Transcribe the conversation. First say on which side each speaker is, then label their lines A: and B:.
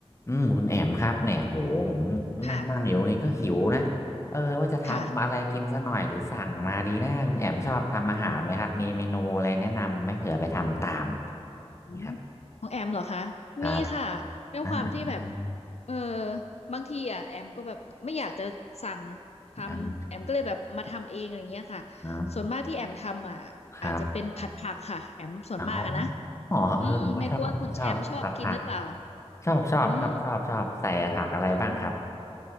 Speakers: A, on the left; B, on the left.
A: อืมคุณแอมครับเนี่ยโหผมนั่งนั่งอยู่นี่ก็หิวนะ
B: ค่ะ
A: เออว่าจะทำอะไรกินซะหน่อยหรือสั่งมาดีนะคุณแอมชอบทำอาหารไหมครับมีเมนูอะไรแนะนำไหมเผื่อไปทำตาม
B: ค่ะอือืม
A: นี่ครับ
B: ของแอมเหรอคะ
A: ครับ
B: มีค่ะด้วยความที่แบบ
A: อ่าอ่าอ่า
B: เออบางทีอ่ะแอมก็แบบไม่อยากจะสั่งทำ
A: อ่า
B: แอมก็เลยแบบมาทำเองอะไรเงี้ยค่ะ
A: อ่า
B: ส่วนมากที่แอมทำอ่ะอาจจะเป็นผัดผักค่ะแอมส่วนมากอะนะ
A: ครับอ๋ออ๋อเออผมก็ชอบผมชอบผักผัก
B: อืมไม่รู้ว่าคุณแชมป์ชอบกินหรือเปล่า
A: ชอบชอบครับชอบชอบใส่ผักอะไรบ้างครับ
B: อืมอืม